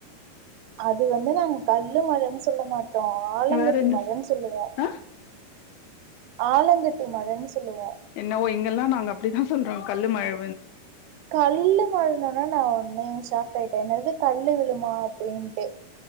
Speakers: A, on the right; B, on the left.
A: அது வந்து நாங்க கல்லு மழைன்னு சொல்ல மாட்டோ ஆலங்கட்டி
B: வேற என்ன
A: மழைன்னு சொல்லுவோ
B: ஆ
A: ஆலங்கட்டி மழைன்னு சொல்லுவோ
B: என்னவோ இங்கெல்லா நாங்க அப்புடிதா சொல்றோ கல்லு மழை
A: கல்லு மாழைன்னொன்னே நா உடனே ஷாக் ஆயிட்டே என்னது கல் விழுமா அப்டின்ட்டு